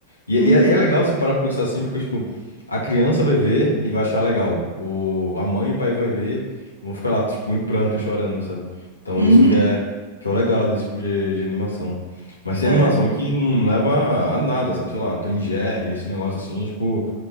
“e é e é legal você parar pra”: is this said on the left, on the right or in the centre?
Left